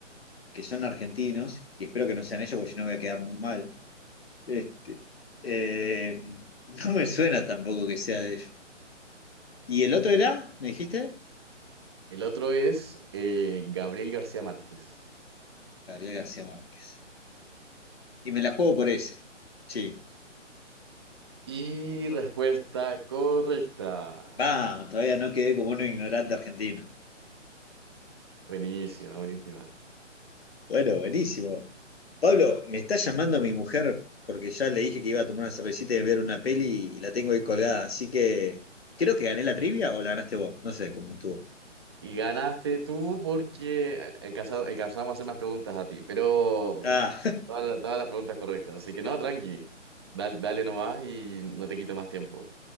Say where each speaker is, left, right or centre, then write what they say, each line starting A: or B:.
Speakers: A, on the left; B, on the right.
A: que son argentinos, y espero que no sean ellos porque si no voy a quedar muy mal. Este, eh, <laughs> no me suena tampoco que sea de ellos. ¿Y el otro era? ¿Me dijiste?
B: El otro es eh, Gabriel García Márquez.
A: Gabriel García Márquez. Y me la juego por ese. Sí.
B: Y respuesta correcta.
A: Vamos, todavía no quedé como un ignorante argentino.
B: Buenísima, buenísima.
A: Bueno, buenísimo. Pablo, me está llamando mi mujer porque ya le dije que iba a tomar una cervecita y ver una peli y la tengo ahí colgada, así que creo que gané la trivia o la ganaste vos, no sé cómo estuvo.
B: Y ganaste tú porque al- alcanza- alcanzamos a hacer más preguntas a ti, pero
A: Ah,
B: todas, las todas las preguntas correctas. Así que no, tranqui. Dal- Dale, nomás y no te quito más tiempo.